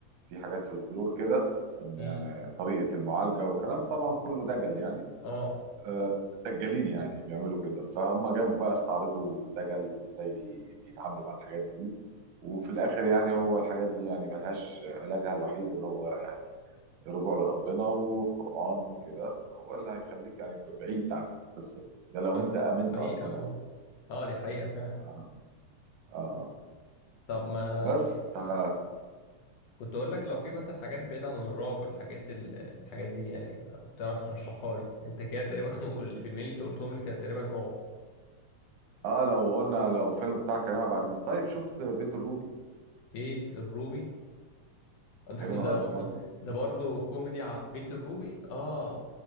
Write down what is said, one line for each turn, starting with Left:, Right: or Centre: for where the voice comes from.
Right: في حاجات في الكلور كده ان
Left: امم
Right: يعني طريقه المعالجه وكلام طبعا كله دجل يعني
Left: اه
Right: آه، دجالين يعني بيعملوا كده فهم جابوا بقى استعرضوا الدجل ازاي بي- بيتعاملوا مع الحاجات دي وفي الاخر يعني هو الحاجات دي يعني ملهاش علاجها الوحيد اللي هو يعني الرجوع لربنا والقرآن وكده هو اللي هيخليك يعني بعيد عن القصة دي ده لو
Left: آه،
Right: انت آمنت
Left: دي حقيقه
Right: اصلا
Left: اه
Right: بوجود
Left: اه دي حقيقه فعلا
Right: اه اه
Left: طب ما
Right: بس
Left: في-
Right: ف اها
Left: كنت اقول لك لو في مثلا حاجات بعيده عن الرعب الحاجات ال- الحاجات دي يعني لو تعرف ترشحها لي انت كده تقريبا <laughs> والفيلمين اللي انت قلتهم لي كانوا تقريبا رعب
Right: اه لو قلنا لو فيلم بتاع كريم عبد العزيز طيب شفت بيت الروبي
Left: بيت الروبي <laughs>
Right: كريم عبد
Left: ده
Right: العزيز برضو
Left: ده برضه كوميدي ع- بيت الروبي اه